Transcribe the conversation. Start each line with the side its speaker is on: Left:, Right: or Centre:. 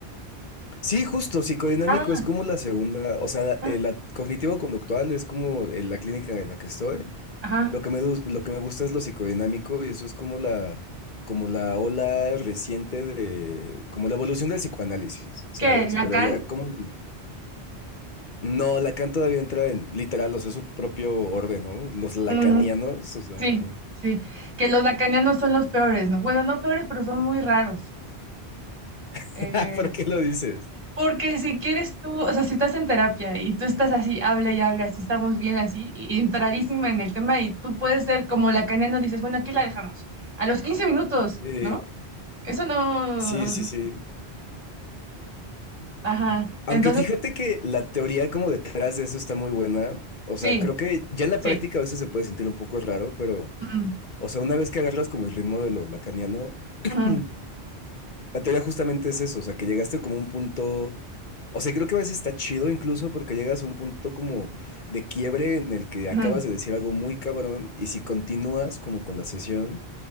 Left: Sí, justo, psicodinámico
Right: Ah,
Left: es como la segunda, o sea,
Right: ah,
Left: eh, la cognitivo-conductual es como eh, la clínica en la que estoy.
Right: ajá.
Left: Lo que me, gus- lo que me gusta es lo psicodinámico y eso es como la, como la ola reciente de, como la evolución del psicoanálisis, ¿sabes?
Right: ¿Qué? ¿Lacan?
Left: Pero ya como, no, Lacan todavía entra en, literal, o sea, su propio orden, ¿no? Los lacanianos,
Right: Mm,
Left: o sea...
Right: sí, sí. Que los lacanianos son los peores, ¿no? Bueno, no peores, pero son muy raros.
Left: <laughs>
Right: Eh,
Left: ¿Por qué lo dices?
Right: porque si quieres tú, o sea, si estás en terapia y tú estás así, hable y hable, así estamos bien, así, y entradísima en el tema, y tú puedes ser como lacaniano, dices, bueno, aquí la dejamos. A los 15 minutos,
Left: Sí,
Right: ¿no? Eso no,
Left: sí, sí, sí.
Right: Ajá,
Left: Aunque
Right: entonces,
Left: fíjate que la teoría como detrás de eso está muy buena. O
Right: sí,
Left: sea, creo que ya en la
Right: sí.
Left: práctica a veces se puede sentir un poco raro, pero,
Right: ujú,
Left: o sea, una vez que agarras como el ritmo de lo lacaniano,
Right: ujú,
Left: <clears throat> La teoría justamente es eso, o sea, que llegaste como a un punto, o sea, creo que a veces está chido incluso porque llegas a un punto como de quiebre en el que
Right: ujú,
Left: acabas de decir algo muy cabrón y si continúas como con la sesión,